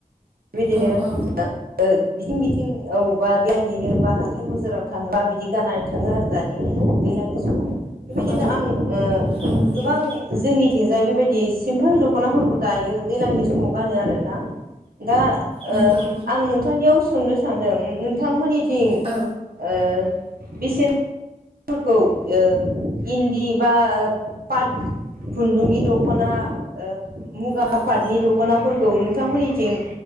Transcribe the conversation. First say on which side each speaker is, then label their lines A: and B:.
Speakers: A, on the right; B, on the right.
A: बिदिनो
B: औ औ
A: <inaudible> बिथिं बिथिं अबावबा बेरायहैनो बा हाथाय बाजाराव थाङा बिदि गाननानै था दैज्लांनि समाव बेबायदिनो
B: औ
A: आं ओ
B: औ नंगौ
A: गोबां। जोंनिथिंजाय बेबायदि सिमपोल दख'नाफोरखौ दायो दैज्लांनि समाव गानो आरो ना। दा ओ
B: नंगौ
A: आं नोंथांनियाव सोंनो सानदों नोंथांमोननिथिं
B: औ
A: ओ बिसि फोरखौ ओ इन्दि बा आ पाट खुन्दुंनि दख'ना ओ मुगा
B: औ
A: पाटनि द दख'नाफोरखौ नोंथांमोननिथिं